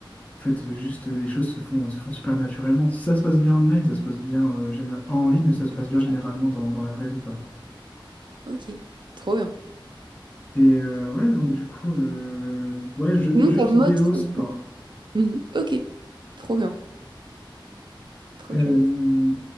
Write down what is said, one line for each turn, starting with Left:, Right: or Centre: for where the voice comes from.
Left: en fait, juste les choses se font, se font super naturellement. Si ça se passe bien online, ça se passe bien euh, géné- en ligne, ça se passe bien
Right: c'est clair.
Left: généralement dans, dans la vraie vie, quoi.
Right: Ok, trop bien.
Left: Et euh,
Right: Trop-
Left: ouais, donc du coup, euh, ouais, jeux,
Right: Sinon,
Left: jeux
Right: comme
Left: vidéo,
Right: autre...
Left: sport.
Right: Mhm. Ok, trop bien. Trop
Left: Euh,
Right: chouette.